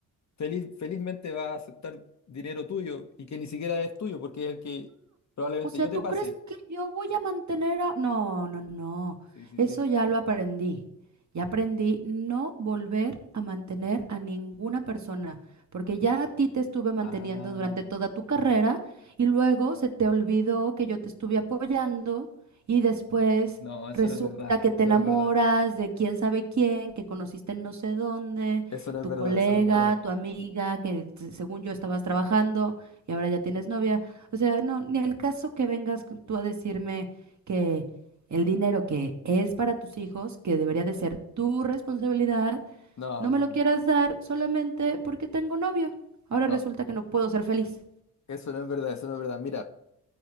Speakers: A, on the left; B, on the right.
A: feliz, felizmente va a aceptar dinero tuyo y que ni siquiera es tuyo porque es el que probablemente
B: O sea,
A: yo
B: ¿tú
A: te pase.
B: crees que yo voy a mantener a...? No, no, no.
A: Sí, sí,
B: Eso
A: sí.
B: ya lo aprendí. Ya aprendí no volver a mantener a ninguna persona, porque ya a ti te estuve manteniendo
A: Ah,
B: durante toda tu carrera y luego se te olvidó que yo te estuve apoyando y después
A: no, eso
B: resulta
A: no es verdad,
B: que
A: eso
B: te enamoras
A: no es verdad.
B: de quién sabe quién, que conociste en no sé dónde,
A: Eso no es
B: tu
A: verdad,
B: colega,
A: eso no es verdad.
B: tu amiga, que según yo estabas trabajando y ahora ya tienes novia. O sea, no, ni al caso que vengas con- tú a decirme que el dinero que es para tus hijos, que debería de ser tu responsabilidad,
A: No,
B: no
A: no,
B: me lo
A: no.
B: quieras dar solamente porque tengo novio. Ahora
A: No,
B: resulta que no puedo ser feliz.
A: eso no es verdad, eso no es verdad. Mira,